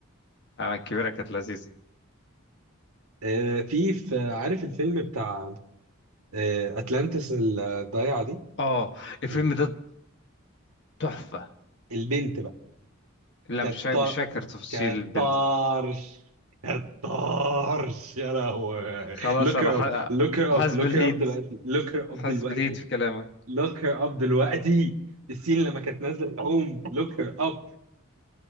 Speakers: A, on the left; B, on the right.
A: اه الكبيرة كانت لذيذة
B: آه، في في عارف الفيلم بتاع آه، اتلانتس الضايعه دي
A: اه الفيلم
B: ال-
A: ده تحفة
B: البنت بقى
A: لا
B: كالط
A: مش فا... مش فاكر تفاصيل
B: كالطرش
A: البنت دي.
B: كالطرش يا لهوي
A: خلاص
B: look
A: انا
B: her
A: ح...
B: up look her
A: حاسس
B: up look
A: بالهيت
B: her up دلوقتي look her up
A: حاسس
B: دلوقتي
A: بالهيت في كلامك
B: look her up دلوقتي السين لما كانت نازله الحوم look her up